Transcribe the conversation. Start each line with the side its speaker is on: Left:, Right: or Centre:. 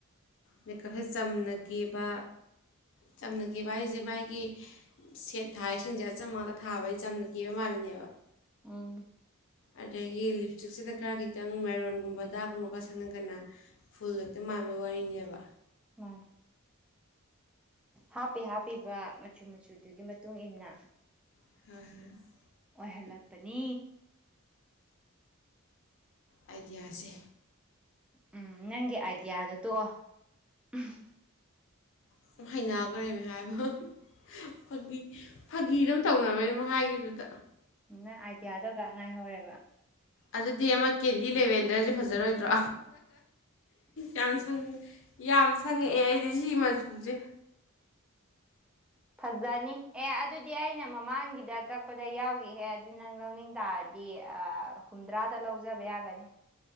Left: ꯃꯦꯀꯞꯁꯦ ꯆꯝꯅ ꯀꯦꯕ ꯆꯝꯅꯕ ꯀꯦꯕ ꯍꯥꯏꯁꯦ ꯃꯥꯒꯤ ꯁꯦꯠ ꯊꯥꯏꯁꯤꯡꯁꯦ ꯑꯆꯝꯕ ꯉꯝꯇ ꯊꯥꯕꯩ ꯆꯝꯅ ꯀꯦꯕ ꯃꯥꯜꯂꯤꯅꯦꯕ
Centre: ꯎꯝ
Left: ꯑꯗꯒꯤ ꯂꯤꯞꯁꯇꯤꯛꯁꯤꯗ ꯈꯔ ꯈꯤꯇꯪ ꯃꯦꯔꯣꯟꯒꯨꯝꯕ ꯗꯥꯛꯒꯨꯝꯕ ꯈꯔ ꯁꯪꯉꯒꯅ ꯐꯨꯜ ꯍ‌ꯦꯛꯇ ꯃꯥꯟꯕꯩ ꯋꯥꯔꯤꯅꯦꯕ
Centre: ꯃꯥ ꯍꯥꯞꯄꯤ ꯍꯥꯞꯄꯤꯕ ꯃꯆꯨ ꯃꯆꯨꯗꯨꯒꯤ ꯃꯇꯨꯡꯏꯟꯅ
Left: ꯍꯣꯏ
Centre: ꯑꯣꯏꯍꯜꯂꯛꯄꯅꯤ
Left: ꯑꯥꯏꯗꯤꯌꯥꯁꯦ
Centre: ꯎꯝ ꯅꯪꯒꯤ ꯑꯥꯏꯗꯤꯌꯥꯗꯣ ꯇꯣꯛꯑꯣ ꯎꯝ
Left: ꯑꯗꯨꯨꯝ ꯍꯩꯅꯈꯔꯦꯃꯦ ꯍꯥꯏꯕ ꯐꯥꯒꯤ ꯐꯥꯒꯤ ꯑꯗꯨꯝ ꯇꯧꯅꯕꯩꯩꯗ‌ꯧ ꯍꯥꯏꯈꯤꯕꯗ
Centre: ꯅꯪ ꯑꯥꯏꯗꯤꯌꯥꯗꯣꯒ ꯉꯥꯏꯍꯧꯔꯦꯕ
Left: ꯑꯗꯨꯗꯤ ꯑꯃ ꯀꯦꯟꯗꯤ ꯂꯦꯚꯦꯟꯗ꯭ꯔꯁꯨ ꯐꯖꯔꯣꯏꯗ꯭ꯔꯣ ꯌꯥꯝ ꯁꯪ ꯌꯥꯝ ꯁꯪꯉꯛꯑꯦ ꯑꯩꯗꯤ ꯁꯤ ꯃꯆꯨꯁꯦ
Centre: ꯐꯖꯅꯤ ꯑꯦ ꯑꯗꯨꯗꯤ ꯑꯩꯅ ꯃꯃꯥꯡꯒꯤꯗ ꯀꯛ ꯄꯗ ꯌꯥꯎꯈꯤꯍꯦ ꯑꯗꯨ ꯅꯪ ꯂꯧꯅꯤꯡ ꯇꯥꯔꯗꯤ ꯑ ꯍꯨꯝꯗ꯭ꯔꯥꯗ ꯂꯧꯖꯕ ꯌꯥꯒꯅꯤ